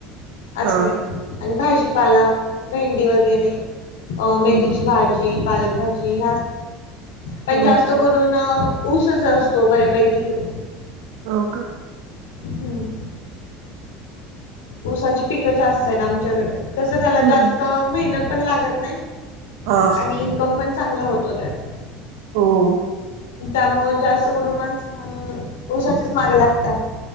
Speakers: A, on the left; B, on the right.
A: असले.
B: हा
A: आणि भाजीपाला भेंडी वगैरे अ मेथीची
B: हम्म हम्म
A: भाजी. पालकभजी, पण
B: हम्म
A: जास्त करून ऊसच असतो. हो बऱ्यांपैकी ईकडे
B: हो कां
A: हम्मं ऊसांची पिकं जास्तं आहेतं आमच्यानकडे तसं त्यांला
B: हम्म
A: जास्तं मेहनंत पणं लागतं नाहीं
B: हा
A: आणि इन्कम पणं चांगला होतो त्यांत
B: हो
A: त्यामुळें जास्तं करूंन माणसं मंग उसाच्यांच मागं लागतांत